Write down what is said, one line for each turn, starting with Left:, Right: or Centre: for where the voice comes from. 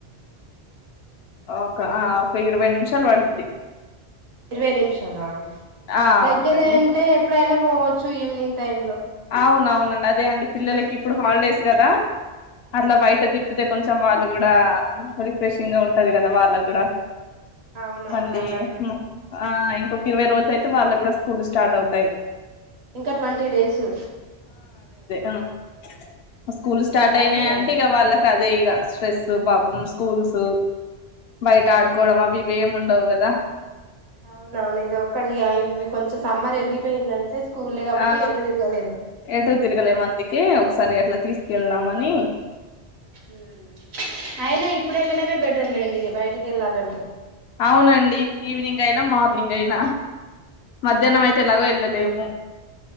Left: ఓక అ ఒ ఇరవై నిమిషాలు పడుద్ది
Right: ఇరవై నిమిషాల
Left: ఆ
Right: దగ్గరే
Left: అవునండి
Right: అంటే ఎప్పుడైనా పోవచ్చు ఈవినింగ్ టైమ్ లో
Left: అవును అవునండి అదే అండి పిల్లలకి
Right: ఇంకా
Left: ఇప్పుడు హాలిడేస్ కదా అట్లా బయట తిప్పితే కొంచెం వాళ్ళు కూడా రిఫ్రెషింగ్ గా ఉంటది కదా వాళ్ళ కూడా
Right: అవునవును
Left: మళ్ళీ
Right: అలానే ఉంటది
Left: హ్మ్ ఆ ఒక ఇరవై రోజులు అయితే వాళ్ళకి కూడా స్కూల్ స్టార్ట్ అవుతాయి
Right: ఇంకా ట్వంటీ టీడేసు
Left: అ స్కూల్ స్టార్ట్
Right: దాకా
Left: అయినాయి
Right: ఇలానే
Left: అంటే ఇక వాళ్ళకి అదే ఇక స్ట్రెస్ పాపం స్కూల్స్ బయట ఆడుకోవడం
Right: ఆ
Left: అవిఇవి ఏమి ఉండవు కదా దా
Right: అవునవును ఇది ఒక్కడి ఇవి కొంచెం సమ్మర్ వెళ్ళిపోయిందంటే స్కూల్లే కాబట్టి
Left: ఆ
Right: ఎటు తిరగలేరు
Left: ఏటో తిరగలే అందుకని ఒకసారి అట్లా తీసుకెళ్దామని
Right: ఉమ్ అయినా ఇప్పుడు వెలడమే బెటర్ లెండి బయటికి వెళ్ళాలంటే
Left: అవునండి ఈవినింగ్ అయినా మార్నింగ్ అయినా మధ్యాహ్నం అతే ఎలానో వెళ్లలేము ఆ